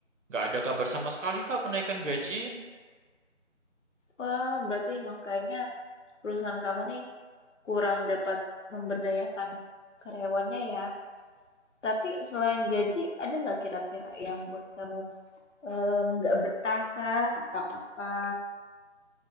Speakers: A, on the right; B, on the left.
A: nggak ada kabar sama sekali Kak kenaikan gaji.
B: Wah, berarti emang kayaknya perusahaan kamu nih kurang dapat memberdayakan karyawannya ya. Tapi selain gaji, ada nggak kira-kira yang buat kamu em, nggak betah kah atau apa?